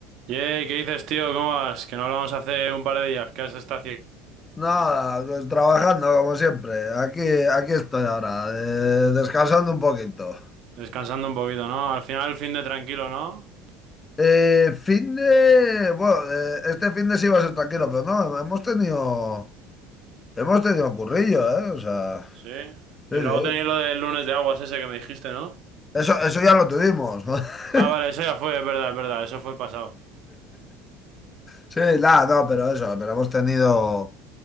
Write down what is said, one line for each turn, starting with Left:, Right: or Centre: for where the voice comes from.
Right: Yey, ¿qué dices, tío? ¿Cómo vas? Que no hablamos hace un par de días. ¿Qué has estado haciendo?
Left: Nada, pues trabajando como siempre. Aquí, aquí estoy ahora, eh, descansando un poquito.
Right: Descansando un poquito, ¿no? Al final el fin de tranquilo, ¿no?
Left: Eh, fin de... Bueno, eh, este fin de sí iba a ser tranquilo, pero no, hemos tenido... Hemos tenido currillo, ¿eh? O sea...
Right: Sí. Y
Left: Sí,
Right: luego
Left: sí.
Right: tenéis lo del lunes de aguas ese que me dijiste, ¿no?
Left: Eso, eso ya lo tuvimos. <laughs>
Right: Ah, vale, eso ya fue, es verdad, es verdad. Eso fue el pasado.
Left: Sí, nada, no, pero eso, pero hemos tenido...